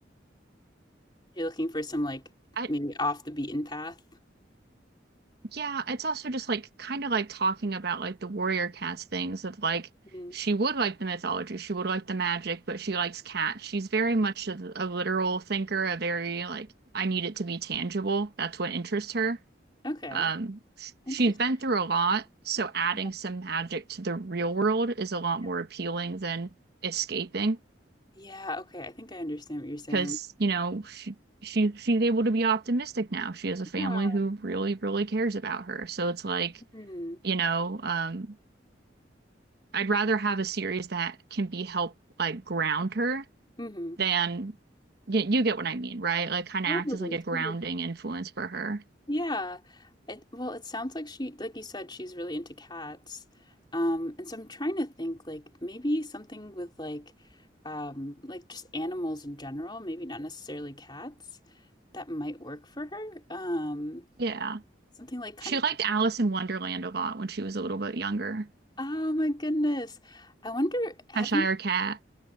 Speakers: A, on the left; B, on the right.
A: You're looking for some, like,
B: I
A: maybe off the beaten path?
B: yeah, it's also just like kind of like talking about like the warrior cats things of like
A: Mhm.
B: she would like the mythology, she would like the magic, but she likes cats. She's very much a, a literal thinker, a very like I need it to be tangible. That's what interests her.
A: Okay.
B: Um, sh- she's
A: Interesting.
B: been through a lot, so adding
A: Yeah,
B: some magic to the real world is a lot
A: yeah.
B: more appealing than escaping.
A: Yeah, okay, I think I understand what you're saying.
B: because you know she, she she's able to be optimistic now. She has a family
A: Yeah.
B: who really really cares about her. So it's like
A: Mhm.
B: you know um, I'd rather have a series that can be help like ground her
A: Mhm.
B: than you, you get what I mean, right? Like kind
A: Totally,
B: of act as like a grounding
A: totally.
B: influence for her.
A: Yeah. It well, it sounds like she like you said, she's really into cats. Um, and so I'm trying to think, like, maybe something with, like, um, like, just animals in general, maybe not necessarily cats, that might work for her? Um,
B: Yeah,
A: something, like, kind
B: she
A: of
B: liked Alice in Wonderland a lot when she was a little bit younger.
A: Oh my goodness. I wonder, have
B: Cheshire
A: you?
B: Cat.